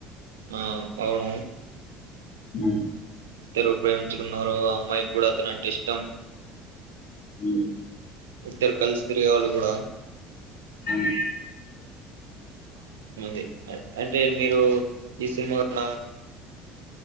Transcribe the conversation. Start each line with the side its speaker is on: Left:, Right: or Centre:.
Right: ఆ అవును
Left: ఉం
Right: ఇద్దరు ప్రేమించుకున్నారు ఆ అమ్మాయి కూడా అతనుంటే ఇష్టం
Left: అ
Right: ఇద్దరు కలిసి తిరివాళ్ళు కూడా
Left: అను
Right: అది అంటే మీరు ఈ సినిమా కూ